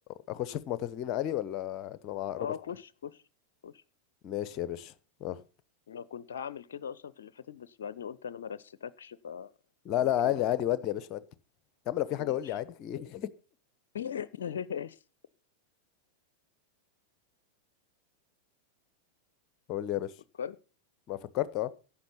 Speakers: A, on the left (about 35°); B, on the left (about 60°).
A: اخش في معتزلين عادي ولا هتبقى معقربه
B: اه
A: شويه
B: خش خش خش
A: ماشي يا باشا اه
B: انا كنت هعمل كده اصلا في اللي فاتت بس بعدين قلت انا ما رستكش ف...
A: لا
B: فممكن
A: لا عادي
B: ما
A: عادي ودي يا باشا ودي يا عم لو في حاجه
B: ماشي
A: قول لي عادي في ايه
B: <laughs> ماشي
A: <laughs> قول لي يا باشا
B: فكرت
A: ما فكرت اه